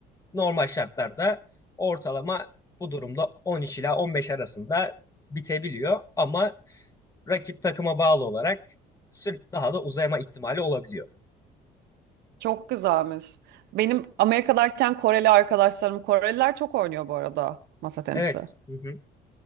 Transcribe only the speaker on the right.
Çok güzelmiş. Benim Amerika'dayken Koreli arkadaşlarım, Koreliler çok oynuyor bu arada masa tenisi.